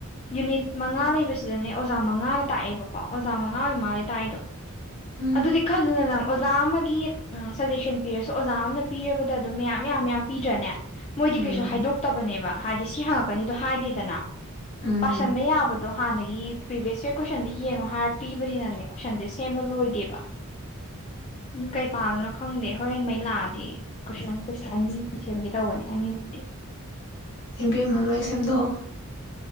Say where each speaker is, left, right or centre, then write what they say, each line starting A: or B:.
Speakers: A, on the left; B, on the left.
A: ꯌꯨꯅꯤꯠ ꯃꯉꯥ ꯂꯩꯕꯁꯤꯗꯅꯦ ꯑꯣꯖꯥ ꯃꯉꯥꯅ ꯇꯥꯛꯑꯦꯕꯀꯣ ꯑꯣꯖꯥ ꯃꯉꯥ ꯑꯣꯏ ꯃꯥꯂꯦ ꯇꯥꯛꯏꯗꯣ
B: ꯎꯝ
A: ꯑꯗꯨꯗꯤ ꯈꯜꯂꯨꯅ ꯅꯪ ꯑꯣꯖꯥ ꯑꯃꯒꯤ ꯎꯝ ꯁꯖꯦꯁꯟ ꯄꯤꯔꯁꯨ ꯑꯣꯖꯥ ꯑꯃꯅ ꯄꯤꯔꯕꯗ ꯑꯗꯨꯝ ꯃꯌꯥꯝ ꯃꯌꯥꯝ ꯃꯌꯥꯝ ꯄꯤꯗ꯭ꯔꯅꯦ ꯃꯣꯏꯗꯤ
B: ꯎꯝ
A: ꯀꯩꯁꯨ ꯍꯥꯏꯗꯣꯛꯇꯕꯅꯦꯕ ꯍꯥꯏꯗꯤ ꯁꯤ ꯍꯪꯉꯛꯀꯅꯤꯗꯣ ꯍꯥꯏꯗꯦꯗꯅ
B: ꯎꯝ
A: ꯄꯁꯥꯟꯕ ꯌꯥꯕꯗꯣ ꯍꯥꯟꯅꯒꯤ ꯄ꯭ꯔꯤꯚꯤꯌꯁ ꯏꯔ ꯀꯣꯏꯁꯟꯗ ꯌꯦꯡꯉꯣ ꯍꯥꯏꯔ ꯄꯤꯕꯅꯤꯅꯅꯦ ꯀꯣꯏꯁꯟꯁꯦ ꯁꯦꯝꯕ ꯂꯣꯏꯗꯦꯕ ꯎꯝ ꯀꯩ ꯄꯗꯣꯅꯣ ꯈꯪꯗꯦ ꯍꯣꯔꯦꯟ ꯃꯩ ꯂꯥꯑꯗꯤ ꯀꯣꯏꯁꯟ ꯀꯣꯏꯁꯟ ꯑꯅꯤꯃꯨꯛꯇꯤ ꯁꯦꯝꯒꯦ ꯇꯧꯕꯅꯤ ꯌꯥꯅꯤꯃꯨꯛꯇꯤ
B: ꯏꯕꯦꯝꯃ ꯂꯣꯏ ꯁꯦꯝꯗꯣꯛꯑꯣ